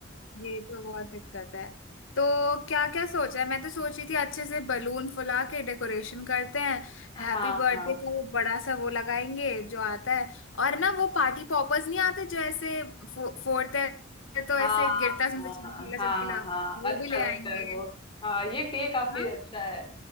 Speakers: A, on the left; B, on the left.
A: ये तो बहुत दिक्कत है तो क्या क्या सोचा है मैं तो सोच रही थी अच्छे से बलून फुला के डेकोरेशन करते हैं
B: <laughs>
A: हैप्पी
B: हाँ
A: बर्थडे
B: हाँ
A: का वो बड़ा सा वो लगाएंगे जो आता है और ना वो पार्टी पॉपर्स नहीं आते जो ऐसे फो, फोड़ते हैं तो
B: हाँ
A: ऐसे गिरता है उसमें
B: हाँ
A: से चमकीला
B: हाँ
A: चमकीला
B: हाँ
A: वो
B: अच्छा
A: भी ले
B: लगता
A: आएंगे
B: है वो हाँ ये ये काफी
A: हाँ
B: अच्छा है